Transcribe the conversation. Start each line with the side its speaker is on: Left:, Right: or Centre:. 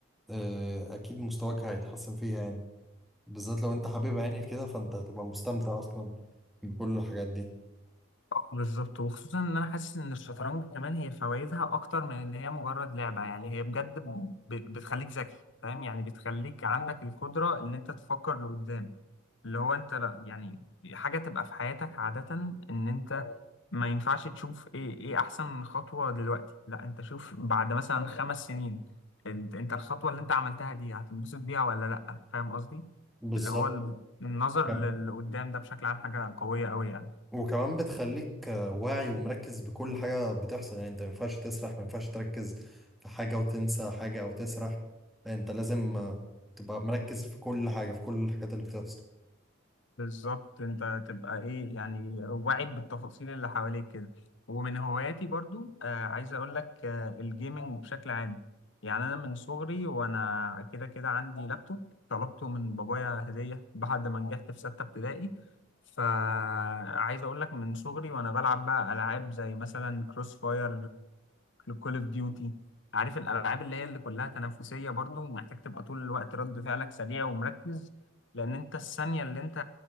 Centre: آه، أكيد مستواك هيتحسن فيها يعني بالذات لو انت حبيب عيني كده فانت هتبقى مستمتع اصلا بكل الحاجات دي
Left: بالظبط وخصوصا ان انا حاسس ان الشطرنج كمان هي فوائدها اكتر من ان هي مجرد لعبه يعني هي بجد ب- بتخليك ذكي فاهم يعني بتخليك عندك القدره ان انت تفكر لقدام اللي هو انت لا يعني حاجه تبقى في حياتك عاده ان انت ما ينفعش تشوف ايه ايه احسن خطوه دلوقتي لا انت شوف بعد مثلا خمس سنين انت انت الخطوه اللي انت عملتها دي هتنبسط بيها ولا لا فاهم قصدي
Centre: بالظبط
Left: اللي هو النظر
Centre: كم-
Left: للي قدام ده بشكل عام حاجه قويه قوي يعني
Centre: وكمان بتخليك آه، واعي ومركز بكل حاجة بتحصل يعني انت ما ينفعش تسرح ما ينفعش تركز في حاجة وتنسى حاجة او تسرح لا، انت لازم آه، تبقى مركز في كل حاجة في كل الحاجات اللي بتحصل
Left: بالظبط انت تبقى ايه يعني واعد بالتفاصيل اللي حواليك كده ومن هواياتي برضو آه عايز اقول لك آه الجيمنج بشكل عام يعني انا من صغري وانا كده كده عندي لابتوب طلبته من بابايا هدية بعد ما نجحت في ستة ابتدائي فعايز اقول لك من صغري وانا بلعب بقى العاب زي مثلا كروس فاير كول اوف ديوتي عارف الالعاب اللي هي اللي كلها تنافسية برضو محتاج تبقى طول الوقت رد فعلك سريع ومركز لان انت الثانية اللي انت